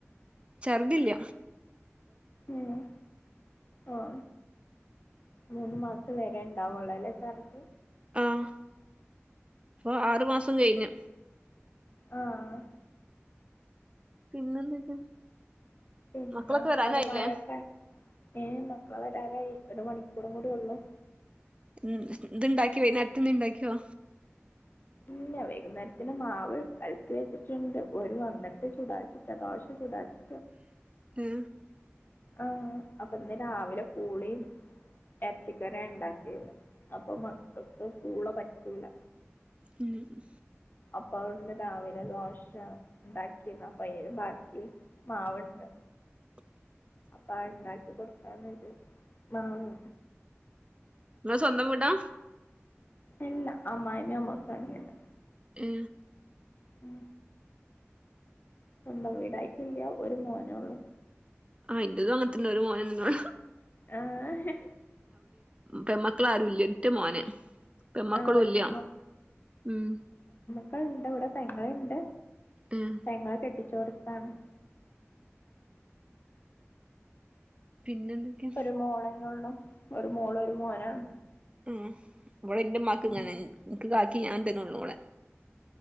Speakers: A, on the right; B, on the left.
A: ചെറുതില്ല
B: ഉം ആഓ മൂന്ന് മാസം വരെ ഉണ്ടാവള്ളല ചർജ
A: ആഹ ഇപ്പൊ ആറു മാസം കഴിഞ്ഞു
B: ആഹ
A: പിന്നെന്തൊക്കെ
B: പിന്നെ
A: മക്കളൊക്കെ വരാനായില്ലേ
B: അവിടെ മഴയൊക്കെ ഏ മക്കളെ വരാറായി ഒരു മണിക്കൂറും കൂടി ഉള്ളു
A: മ്മ് ഇത്ണ്ടാക്കിയോ വോയി നേരത്തെന്ന ഇണ്ടാക്കിയോ
B: ഇല്ല വൈകുന്നേരത്തിന് മാവ് കലക്കി വെച്ചിട്ടുണ്ട് ഒരു വന്നിട്ട് ചുടാച്ചിചിട്ട ദോശ ചുടാച്ചി
A: <unintelligible> ആ
B: ആഹ അപ്പൊ ഇന്ന് രാവിലെ പൂളേം ഇറച്ചിക്കറി ഉണ്ടാക്കിയത് അപ്പൊ മക്കക്ക് കൂള പറ്റൂല
A: മ്മ്മ്
B: അപ്പ കൊണ്ട് രാവിലെ ദോശ ഉണ്ടാക്കിന്ന പയ ബാക്കി മാവുണ്ട്
A: <unintelligible>
B: അപ്പൊ അ ഉണ്ടാക്കി കൊടുക്കാനായിത് മാവ്
A: നി സ്വന്തം വീടാ
B: എല്ല അമ്മായിമ അമ്മഉണ്ടാക്കിത്ത
A: ഏ
B: ഉ സ്വന്തം വീടായിക്കില്ലയ ഒരു മോനേ ഉള്ളൂ
A: ആഹ എന്റെതും അങ്ങനത്തെന്ന ഒരു മോനോ
B: ആഹ
A: പെമക്കള ആരുല്ലറ്റ മോനെ പെമക്കളും
B: ആഹ് ഒറ്റ
A: ഇല്ല ഉം
B: മക്കളുണ്ട് ഇവിടെ പെങ്ങളുണ്ട്
A: ഏഹ്
B: പെങ്ങളെ കെട്ടിച് കൊടുത്താണ്
A: പിന്നെന്തൊക്കെ
B: ഒരു മോളന്നള്ള ഒരു മോളു ഒരു മോനാണ്
A: ഉ ഇവിടെ എന്റെ മക്ക്
B: ഉം
A: ഇങ്ങനെ നിനക്ക് കാക്കി ഞാൻ തന്നെ ഉള്ളു ഇവിടെ